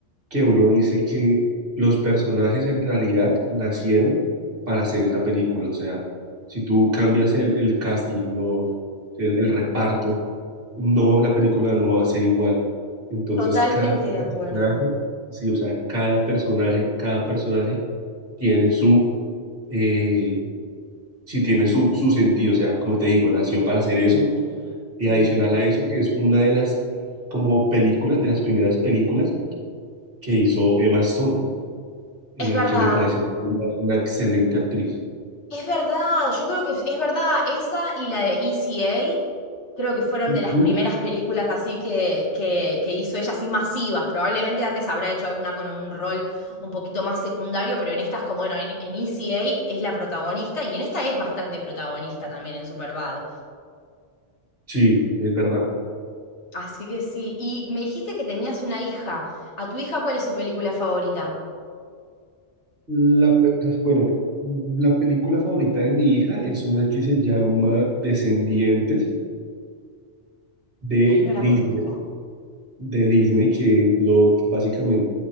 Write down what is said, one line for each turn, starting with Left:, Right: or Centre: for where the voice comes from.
Right: que uno dice que los personajes en realidad nacieron para hacer esa película. O sea, si tú cambias el, el casting o el, el reparto, no, la película no va a ser igual. Entonces,
Left: Totalmente
Right: cada
Left: de acuerdo.
Right: personaje, sí, o sea, cada personaje, cada personaje tiene su, eh, si tiene su, su sentido, o sea, como te digo, nació para hacer eso, y
Left: Sí.
Right: adicional a eso, que es una de las, como películas, de las primeras películas que hizo Emma Stone, eh,
Left: Es verdad,
Right: que me parece una, una excelente actriz.
Left: es verdad. Yo creo que es verdad esa y la de ECA creo que fueron
Right: Ujú.
Left: de las primeras películas así que, que, que hizo ella, así masivas. Probablemente antes habrá hecho alguna con un rol un poquito más secundario, pero en estas, como bueno, en, en ECA es la protagonista y en esta es bastante protagonista también en Superbad.
Right: Sí, es verdad.
Left: Así que sí, y me dijiste que tenías una hija. ¿A tu hija cuál es su película favorita?
Right: La, pe- la- bueno, la película favorita de mi hija es una que se llama Descendientes de
Left: Ahí no
Right: Disney.
Left: la conozco.
Right: de Disney que lo básicamente